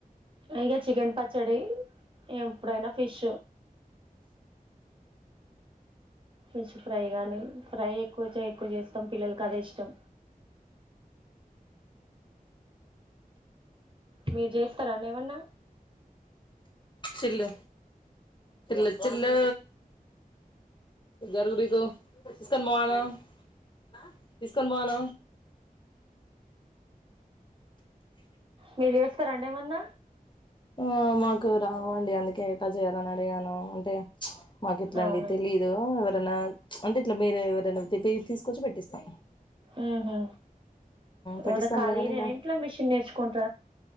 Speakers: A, on the right; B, on the left.
A: ఇంగ చికెన్ పచ్చడి ఎప్పుడైన ఉ ఫిష్ ఫిష్ ఫ్రై కానీ ఫ్రై ఎక్కువ ఎక్కువ చేస్తాం పిల్లలకి అదే ఇష్టం మీరు చేస్తర అండి ఏమన్న
B: చేయిల తిల చిళ్ళు గరు <unintelligible> బిగు స్కాన్మోల్ మ తీస్కొ <unintelligible> ని ఆ బోవాల
A: మీరు చేస్తారా అండి ఏమన్నా
B: ఆ మాకు రావండి అందుకే ఎట్టా చేయాలని అడిగాను అంటే చ్ఛ్ మాకు ఇట్లాంటివి
A: అవునా
B: తెలీదు ఎవరన్నా అంటే ఇట్లా మీరు ఎవరన్నా తీసుకొచ్చి పెట్టిస్తా
A: ఊహు అవున
B: పెట్టిస్తాంలే
A: కాలీనే
B: కానీ ఇక
A: ఇంట్లో మిషన్ నేర్చుకుంట